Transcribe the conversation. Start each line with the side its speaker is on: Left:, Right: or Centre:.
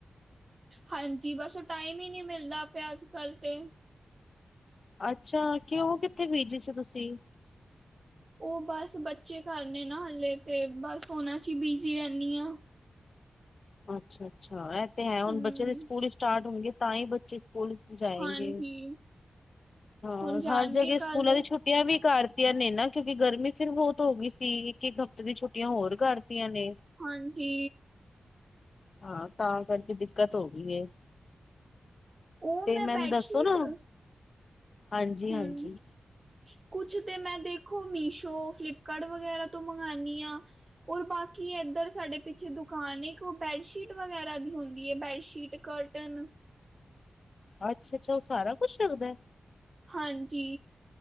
Right: ਹਾਂਜੀ, ਬੱਸ ਉਹ ਟਾਈਮ ਹੀ ਨਹੀ ਮਿਲਦਾ ਪਿਆ ਅੱਜ- ਕੱਲ੍ਹ ਤੇ।
Left: ਅੱਛਾ, ਕਿਉਂ ਉਹ ਕਿੱਥੇ ਬੀਜੀ ਸੀ ਤੁਸੀਂ।
Right: ਉਹ ਬੱਸ ਬੱਚੇ ਘਰ ਨੇ ਨਾ ਹਲੇੇ, ਤੇ ਬੱਸ ਉਹਨਾਂ ਚ ਹੀ ਬਿਜ਼ੀ ਰਹਿੰਨੀ ਆ।
Left: ਅੱਛਾ- ਅੱਛਾ ਇਹ ਤੇ ਹੈ, ਹੁਣ
Right: ਹੂੰ,
Left: ਬੱਚੇ ਦੇ ਸਕੂਲ ਹੀ ਸਟਾਟ ਹੋਣਗੇ। ਤਾਂ ਹੀ ਬੱਚੇ ਸਕੂਲ ਜਾਏਗੇ,
Right: ਹਾਂਜੀ,
Left: ਹਾਂ
Right: ਹੁਣ ਜਾਣਗੇ
Left: ਹਰ ਜਗ੍ਹਾ
Right: ਕੱਲ
Left: ਸਕੂਲਾਂ ਦੀ ਛੁੱ ਛੁੱਟੀਆਂ ਵੀ ਕਰਤੀਆਂ ਨੇ ਨਾ, ਕਿਉਂਕਿ ਗਰਮੀ ਫਿਰ ਬਹੁਤ ਹੋ ਗਈ ਸੀ, ਇੱਕ ਇੱਕ ਹਫ਼ਤੇ ਦੀਆਂ ਛੁੱਟੀਆਂ ਹੋਰ ਕਰਤੀਆਂ ਨੇ।
Right: ਹਾਂਜੀ।
Left: ਹਾਂ, ਤਾਂ ਕਰਕੇ ਦਿੱਕਤ ਹੋ ਗਈ ਏ।
Right: ਉਹ
Left: ਤੇ
Right: ਮੈਂ
Left: ਮੈਨੂੰ
Right: ਬੈਡਸ਼ੀਟ
Left: ਦੱਸੋ ਨਾ, ਹਾਂਜੀ-
Right: ਹੂੰ
Left: ਹਾਂਜੀ।
Right: ਕੁਛ ਤੇ ਮੈਂ ਦੇਖੋ ਮੀਸ਼ੋ, ਫਲਿਪਕਾਰਟ ਵਗੈਰਾ ਤੋਂ ਮੰਗਵਾਣੀ ਆਂ। ਹੋਰ ਬਾਕੀ ਇੱਧਰ ਸਾਡੇ ਪਿੱਛੇ ਦੁ ਕਾਨ ਈ ਕੋ ਬੈਡਸ਼ੀਟ ਵਗੈਰਾ ਵੀ ਹੁੰਦੀ ਐ, ਬੈਡਸ਼ੀਟ, ਕਰਟਨ
Left: ਅੱਛਾ- ਅੱਛਾ, ਉਹ ਸਾਰਾ ਕੁੱਛ ਰੱਖਦਾ।
Right: ਹਾਂਜੀ।